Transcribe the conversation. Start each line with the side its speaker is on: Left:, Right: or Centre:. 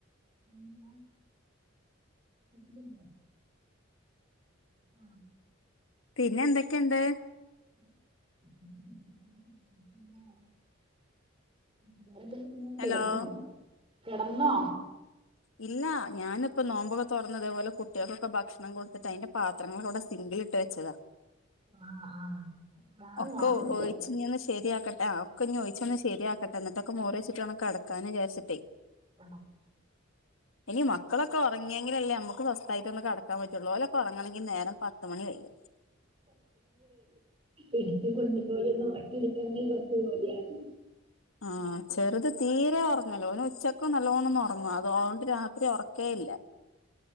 Right: മ് <unintelligible> <unintelligible> ആ
Left: പിന്നെ എന്തൊക്കെയുണ്ട്
Right: <inaudible> വേറെ എന്ധെക്കെകിടന്നോ
Left: ഹലോ
Right: കിടന്നോ
Left: ഇല്ല ഞാനിപ്പ നോമ്പൊക്കെ തുറന്നതേപോലെ കുട്ടികൾക്കൊക്കെ ഭക്ഷണം കൊടുത്തിട്ട് അതിന്റെ പത്രങ്ങളൾ ഒക്കെ ഇവിടെ സിംഗ് ഗിൽഇട്ട് വെച്ചതാ
Right: ആഹ് ആഹ് അപ്പഴാണ്
Left: ഒക്കെ
Right: ഞാൻ വിളിച്ചത്
Left: ഒഴിച്ച് ഇങ്ങനെ ശരിയാക്കി ക്കട്ടെ ആഒക്ക ചോദിച്ച ഒന്ന് ശരിയാക്കട്ടെ എന്നിട്ടൊക്കെ മോറി വെച്ചി്ട്ടണം കെടക്കാന്ന് വിചാരിച്ചിട്ട്
Right: ആ
Left: ഇനി മക്കളൊക്കെ ഉറങ്ങിയെങ്കില അല്ലേ നമ്മുക്ക് സ്വസ്ഥയിട്ട ഒന്ന് കടക്കാൻ പറ്റുള്ളൂ ഓല ക്കെ ഒറങ്ങണെങ്കിൽ നേരം പത്ത് മണി കയ്യ
Right: ഇടുക്കി കൊണ്ടുപോല ഒന്ന് ഉറക്കി ഇടുക്കനങ്ങിൽ കുറച്ച് ജോലിയാണ്
Left: ആ ചെറുത് തീരെ ഉറങ്ങല്ലോ ഓൻ ഉച്ചക്ക് നല്ലോണ്ണംന്ന ഉറങ്ങും അതെ രാത്രി ഉറക്കേയില്ല